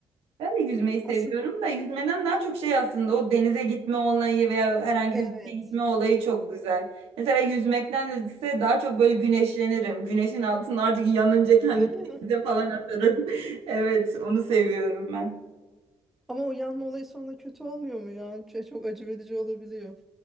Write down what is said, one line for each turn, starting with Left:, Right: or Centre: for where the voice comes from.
Right: Ben de yüzmeyi seviyorum
Centre: Aslında
Right: da yüzmeden daha çok şey aslında o denize gitme olayı veya herhangi
Centre: evet.
Right: bir şeye gitme olayı çok güzel. Mesela yüzmekten ise daha çok böyle güneşlenirim. Güneşin altında artık yanınca kendimi
Centre: Öyle mi?
Right: denize falan atarım. <laughs> Evet, onu seviyorum ben.
Centre: Ama o yanma olayı sonra kötü olmuyor mu ya? Şey, çok acı verici olabiliyor.